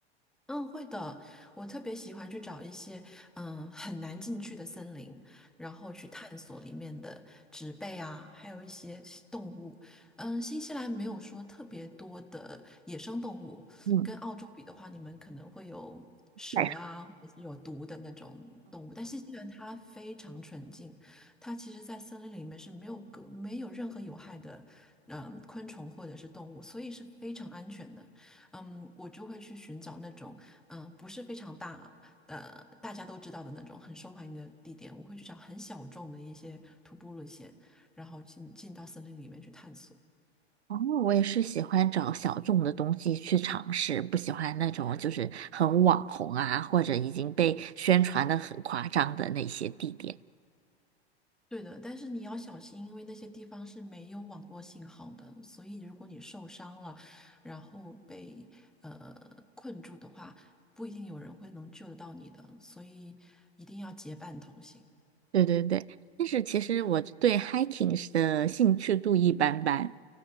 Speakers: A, in the centre; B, on the right.
A: 嗯，会的。我特别喜欢去找一些嗯很难进去的森林，然后去探索里面的植被啊，还有一些动物。嗯，新西兰没有说特别多的野生动物，
B: 嗯，
A: 跟澳洲比的话，你们可能会有蛇啊，
B: 来说。
A: 或者是有毒的那种动物。但新西兰它非常纯净，它其实在森林里面是没有个没有任何有害的嗯昆虫或者是动物，所以是非常安全的。嗯，我就会去寻找那种。嗯、呃不是非常大，呃，大家都知道的那种很受欢迎的地点，我会去找很小众的一些徒步路线，然后进进到森林里面去探索。
B: 哦，我也是喜欢找小众的东西去尝试，不喜欢那种就是很网红啊，或者已经被宣传的很夸张的那些地点。
A: 对的，但是你要小心，因为那些地方是没有网络信号的，所以如果你受伤了，然后被呃困住的话，不一定有人会能救得到你的，所以一定要结伴同行。
B: 对对对，但是其实我对 hiking 是的兴趣度一般般，